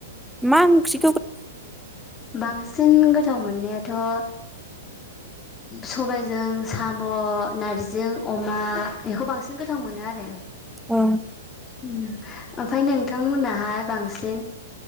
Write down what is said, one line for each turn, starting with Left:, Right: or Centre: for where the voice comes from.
Centre: मा ओंख्रि
Left: बांसिन गोथाव मोननायाथ ओ सबाइजों साम', नारजिजों अमा बेखौ बांसिन गोथाव मोनो आरो।
Centre: औ
Left: उम ओमफाय नोंथांमोननाहाय बांसिन